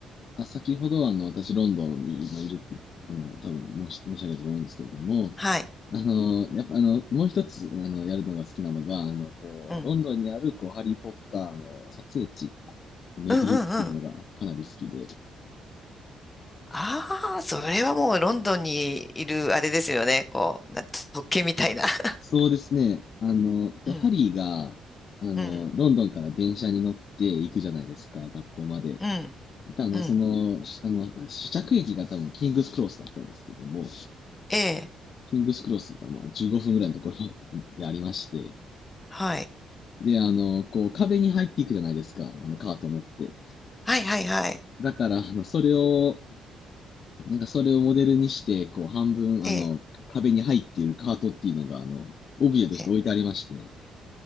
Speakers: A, on the left (about 55°); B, on the left (about 20°).
A: あ、先ほど、あの、私、ロンドンに今いるっていう、あの、多分申し、申し上げたと思うんですけれども、
B: はい。
A: あの、やっぱ、あの、もう一つ、あの、やるのが好きなのが、あの、こう、
B: うん。
A: ロンドンにある、こう、ハリー・ポッターの撮影地を巡るっていうのが、
B: うんうんうん。
A: かなり好きで、
B: ああ、それはもうロンドンにいるあれですよね。こう、な特権みたいな。<laughs>
A: そうですね。あの、こうハリーが、
B: うん。
A: あの、
B: うん。
A: ロンドンから電車に乗って行くじゃないですか、学校まで。
B: うん。
A: であの、
B: うん。
A: その、しあの、試着駅が多分キングスクロスだったんですけども、
B: ええ。
A: キングスクロスがまあ15分ぐらいのところまででありまして、
B: はい。
A: で、あの、こう壁に入っていくじゃないですか、あのカートを持って。
B: はいはいはい。
A: だから、あの、それを、なんかそれをモデルにして、こう半分、あの、
B: ええ。
A: 壁に入っているカートっていうのが、あの、オブジェとして置いてありまして、
B: ええ